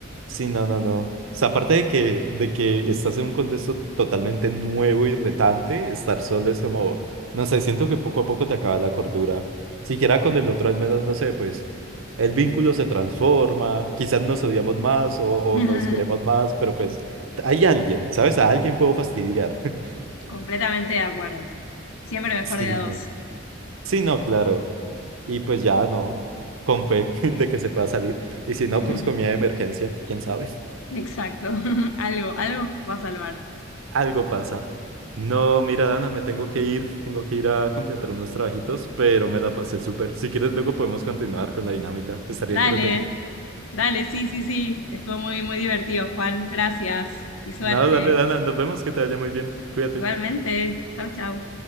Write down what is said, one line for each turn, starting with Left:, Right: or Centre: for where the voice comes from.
Right: Sí, no, no, no. O sea, aparte de que, de que estás en un contexto totalmente nuevo y retante, estar solo es como, no sé, siento que poco a poco te acaba la cordura. Siquiera con el otro, al menos, no sé, pues el vínculo se transforma, quizás nos odiamos más o, o
Left: <laughs>
Right: nos queremos más, pero pues hay alguien, ¿sabes? A alguien puedo fastidiar. <laughs>
Left: Completamente de acuerdo. Siempre mejor
Right: Sí,
Left: de
Right: no.
Left: a dos.
Right: Sí, no, claro. Y pues ya no, con fe <laughs> de
Left: Bien.
Right: que se pueda salir. Y si no,
Left: <laughs>
Right: pues comida de emergencia, quién sabe.
Left: Exacto. <laughs> Algo, algo va a salvar.
Right: Algo pasa. No, mira, Dana, me tengo que ir. Tengo que ir a completar unos trabajitos, pero me la pasé súper. Si quieres, luego podemos continuar con la dinámica. Estaría
Left: Dale,
Right: entretenido.
Left: dale, sí, sí, sí. Estuvo muy, muy divertido, Juan. Gracias y suerte.
Right: No, dale, Dana, nos vemos, que te vaya muy bien. Cuídate.
Left: Igualmente. Chau, chau.